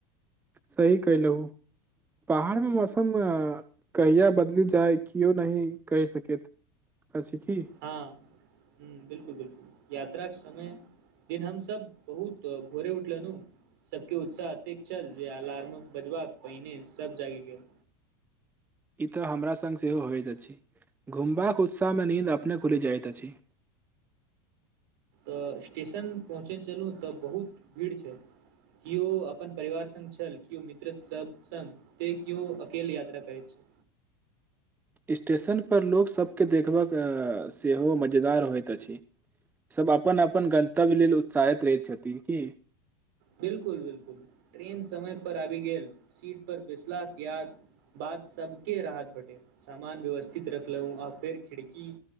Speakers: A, on the right; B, on the right.
A: सही कयलहुं। पहाड़मे मौसम कहिया बदलि जाय केओ नहि कहि सकैत अछि की।
B: हँ- हूँ बिलकुल-बिलकुल। यात्राक समय दिन हमसब बहुत भोरे उठलनु। सबके उत्साह एतेक छल जे अलार्म बजबाक पहिने सब जागि गेल।
A: ई तऽ हमरा संग सेहो होइत अछि घुमबाक उत्साह मे नींद अपने खुलि जाइत अछि।
B: अ स्टेशन पहुँचै छलहुँ तऽ बहुत भीड़ छै। किओ अपन परिवार संग छल किओ मित्रसभ संग ते क्यो अकेल यात्रा करै छै।
A: स्टेशनपर लोक सबके देखबाक सेहो मजेदार होइत अछि। सब अपन अपन गंतव्य लेल उत्साहित रहैत छथिन की।
B: बिलकुल- बिलकुल। ट्रेन समय पर आबि गेल सीट पर बैसलाके बाद बाद सबके राहत भेटे। सामान व्यवस्थित रखलहु आ फेर खिड़की